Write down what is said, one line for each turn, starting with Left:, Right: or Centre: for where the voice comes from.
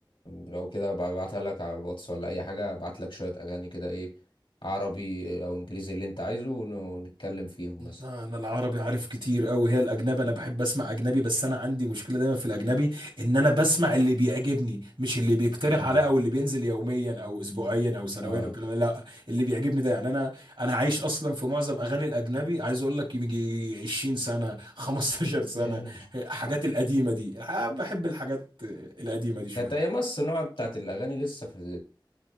Left: لو كده أبقى ابعتها لك على الواتس ولا اي حاجه ابعت لك شويه اغاني كده ايه عربي او انجليزي اللي انت عايزه ون- ونتكلم فيهم مثلا
Right: لا انا العربي عارف كتير قوي هي الاجنبي انا بحب اسمع اجنبي بس انا عندي مشكله دايما في الاجنبي ان انا بسمع اللي بيعجبني مش اللي بيقترح
Left: آه.
Right: عليا او اللي بينزل يوميا او اسبوعيا او سنويا
Left: اه
Right: والكلام ده. لا اللي بيعجبني ده يعني انا انا عايش اصلا في معظم اغاني الاجنبي عايز اقول لك يجي 20 سنه 15
Left: ياه
Right: سنه الحاجات القديمه دي بحب الحاجات القديمه دي شويه
Left: كانت ايام الصناعه بتاعت الاغاني لسه في